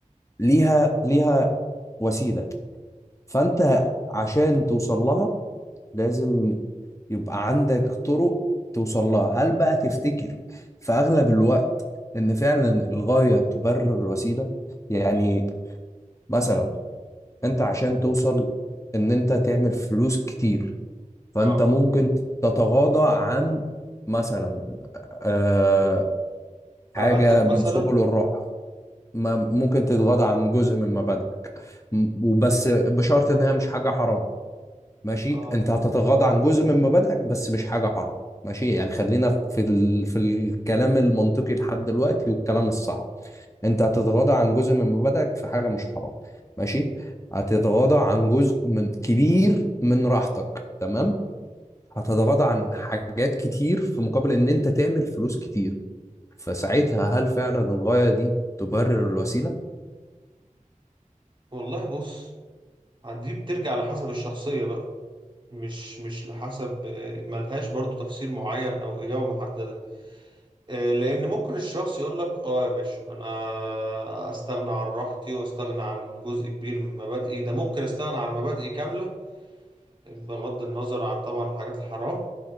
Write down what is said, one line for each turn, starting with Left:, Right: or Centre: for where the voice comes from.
Left: ليها ليها وسيلة فانت عشان توصل لها لازم يبقى عندك طرق توصل لها هل بقى تفتكر في أغلب الوقت ان فعلا الغاية تبرر الوسيلة يعني مثلا انت عشان توصل ان انت تعمل فلوس كتير فانت
Right: اه
Left: ممكن تتغاضى عن مثلا آه، حاجه
Right: فبدأك
Left: من
Right: مثلا
Left: سبل الراحه ما ممكن تتغاضى عن جزء من مبادئك م- وبس بشرط ان هي مش حاجه حرام ماشي
Right: اه
Left: انت هتتغاضى عن جزء من مبادئك بس مش حاجه حرام ماشي يعني خلينا في ال... في الكلام المنطقي لحد دلوقتي والكلام الصح انت هتتغاضى عن جزء من مبادئك في حاجه مش حرام ماشي هتتغاضى عن جزء من كبير من راحتك تمام هتتغاضى عن حاجات كتير في مقابل ان انت تعمل فلوس كتير فساعتها هل فعلا الغاية دي تبرر الوسيلة؟
Right: والله بص دي بترجع لحسب الشخصية بقى مش مش لحسب آه، ملهاش برضو تفسير معين او اجابة محددة آه، لان ممكن الشخص يقول لك اه يا باشا انا استغنى عن راحتي واستغنى عن جزء كبير من مبادئي ده ممكن استغنى عن مبادئي كاملة بغض النظر عن طبعا الحاجات الحرام